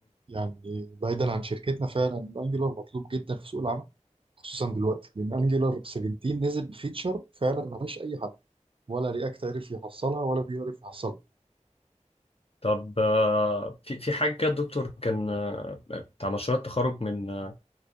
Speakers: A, on the right; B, on the left.
A: يعني بعيدا عن شركتنا فعلا انجلر مطلوب جدا في سوق العمل خصوصا دلوقتي لان انجلر 17 نزل بفيتشر فعلا ملهاش اي حل ولا رياكت عرف يحصلها ولا بيعرف يحصلها
B: طب آه، في في حاجة كده الدكتور كان آه، بتاع مشروع التخرج من آه،